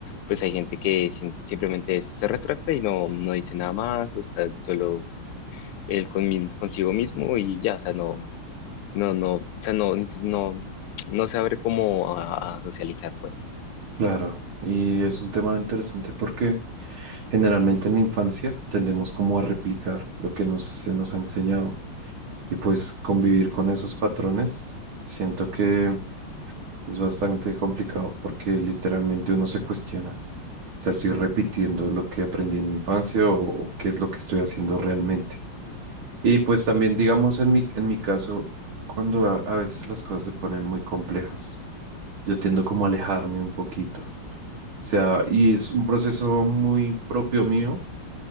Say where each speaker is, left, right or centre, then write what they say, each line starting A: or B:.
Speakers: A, on the left (about 85°); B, on the right (about 70°).
A: Pues hay gente que sin- simplemente se retracta y no, no dice nada más, o está solo él con, consigo mismo y ya, o sea, no, no, no, o sea, no, no, no se abre como a, a socializar, pues.
B: Claro, y es un tema interesante porque generalmente en la infancia tendemos como a replicar lo que nos, se nos ha enseñado y pues convivir con esos patrones siento que es bastante complicado porque literalmente uno se cuestiona, o sea, estoy repitiendo lo que aprendí en mi infancia o, o qué es lo que estoy haciendo realmente. Y pues también digamos en mi, en mi caso, cuando a a veces las cosas se ponen muy complejas, yo tiendo como a alejarme un poquito o sea, y es un proceso muy propio mío,